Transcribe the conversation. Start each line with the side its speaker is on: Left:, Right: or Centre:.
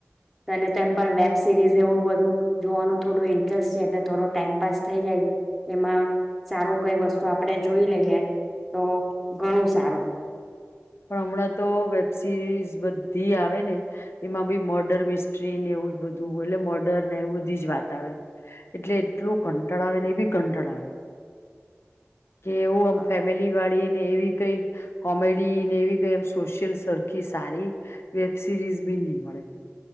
Centre: ત તેમ પણ વે. સિરીઝ એવું બધું જોવાનું થોડું ઇન્ટરેસ્ટ છે એટલે થોડો ટાઈમપાસ થઈ જાય એમાં સારું કઈ, વસ્તુ આપડે જોઈ લઈએ તો ઘણું સારું.
Left: પણ, હમણાં તો વેબ સિરીઝ બધી આવે ને એમાં બી મર્ડર મિસ્ટ્રીને એવું જ બધું એટલે મર્ડર ને એું બધી જ વાત આવે એટલે એટલું કંટળ આવે ને એ બી કંટળ આવે. કે એવું
Centre: અ,
Left: આમ ફેમિલી વાળી. એવી કઈ કોમેડી. ડી ને એવી ગઈ એમ સોશિયલ સરખી સારી વેબ સિરીઝ બી નહી, મળે.